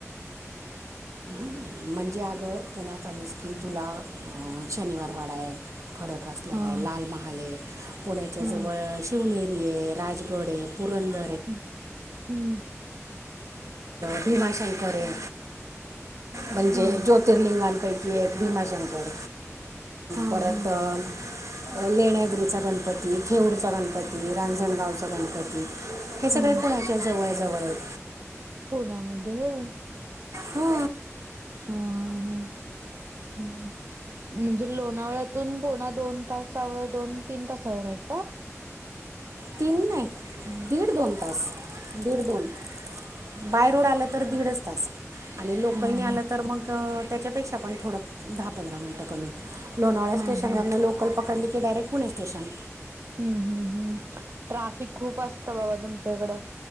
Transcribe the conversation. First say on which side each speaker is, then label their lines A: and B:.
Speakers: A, on the right (about 55°); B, on the right (about 75°).
A: <inaudible>
B: म्हणजे अगं पुण्यात आलीस की, तुला शनिवार वाडा ये. खडक वासला
A: हा
B: हे लाल महाले पुण्याच्या
A: हा
B: जवळ शिवनेरी राजगड ये पुरंदर ये.
A: हम हम.
B: भीमाशंकर ये म्हणजे
A: हा
B: ज्योतिर्लिंगांपैकी की एक भीमाशंकर
A: हा
B: परत
A: हा
B: अ लेण्याद्रीचा गणपती थेऊरचा गणपती रांजणगावचा गणपती हे सगळे
A: हा
B: पुण्याच्या जवळ जवळ आहेत.
A: पुण्यामध्ये होय?
B: हो.
A: हा हा हम. म्हणजे लोणावळ्यातून पुणा दोन तासावर दोन- तीन तासा वर आहे का? <unintelligible>
B: तीन नाई दीड दोन तास दीड दोन बाय रोड आलं तर दीडच तास आणि लोकलनी
A: हा हा
B: आलं तर मग तेच्यापेक्षा पण थोडं दहा पंधरा मिनट कमी लोणावळ्या
A: हा
B: स्टेशनवर
A: हा
B: लोकल पकडली डायरेक्ट पुणे स्टेशन.
A: हम हम हम ट्राफिक खूप असतं बाबा तुमच्या इकडं?